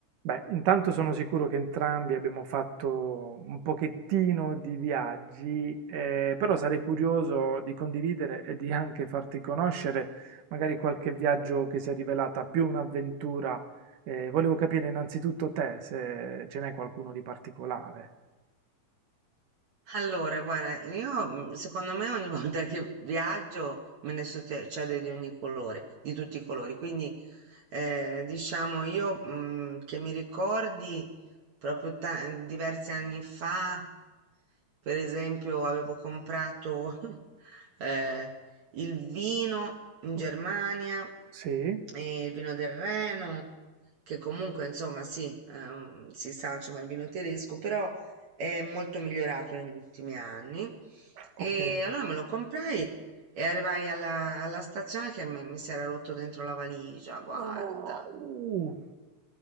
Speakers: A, on the right; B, on the right.
A: Beh, intanto sono sicuro che entrambi abbiamo fatto un pochettino di viaggi, eh, però sarei curioso di condividere e di anche farti conoscere magari qualche viaggio che si è rivelata più un'avventura. Eh, volevo capire innanzitutto te se ce n'è qualcuno di particolare.
B: Allora, guarda, io mm, secondo me ogni <laughs> volta che viaggio me ne succede di ogni colore, di tutti i colori. Quindi, eh, diciamo, io mm, che mi ricordi proprio ta- diversi anni fa, per esempio, avevo comprato <laughs> eh, il vino in
A: Ok.
B: Germania,
A: Sì?
B: eh, il vino del Reno, che comunque, insomma, sì, ehm, si sa, insomma, il vino tedesco, però è molto migliorato negli ultimi anni.
A: Ok.
B: E allora me lo comprai e arrivai alla, alla stazione che mi, mi si era rotto dentro la valigia, guarda,
A: No, Uh,